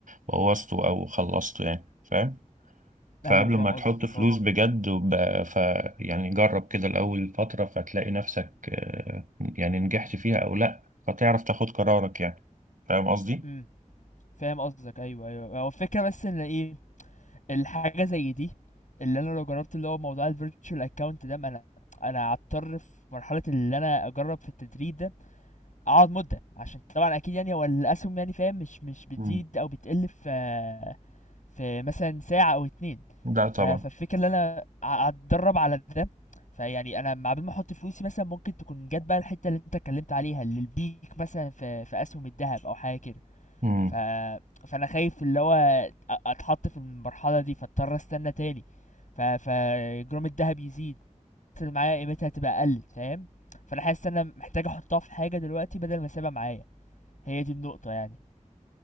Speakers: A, on the right; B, on the left.
A: بوظته او خلصته يعني فاهم فقبل
B: ايوه فاهم
A: ما تحط
B: قصدك
A: فلوس
B: اه
A: بجد وب... ف يعني جرب كده الأول فترة فتلاقي نفسك آه، يعني نجحت فيها أو لأ فتعرف تاخد قرارك يعني فاهم قصدي؟
B: امم فاهم قصدك ايوه ايوه هو الفكرة بس ان ايه الحاجة زي دي اللي انا لو جربت اللي هو موضوع الفيرتشوال اكونت ده ما انا انا هضطر في مرحلة اللي انا اجرب في التدريب ده اقعد مدة عشان طبعا اكيد يعني هو الاسهم يعني فاهم مش مش بتزيد
A: مم.
B: او بتقل في في مثلا ساعة او اتنين
A: لا طبعا
B: ف- فالفكرة ان انا ع- اتدرب على ده فيعني انا مع بال ما احط فلوسي مثلا ممكن تكون جت بقى الحتة اللي انت اتكلمت عليها اللي البيك مثلا في في اسهم الذهب او حاجة كده
A: مم.
B: ف فانا خايف اللي هو أ- اتحط في المرحلة دي فاضطر استنى تاني ف فجرام الذهب يزيد اللي معايا قيمتها تبقى قلت فاهم فانا حاسس ان انا محتاج احطها في حاجه دلوقتي بدل ما اسيبها معايا هي دي النقطه يعني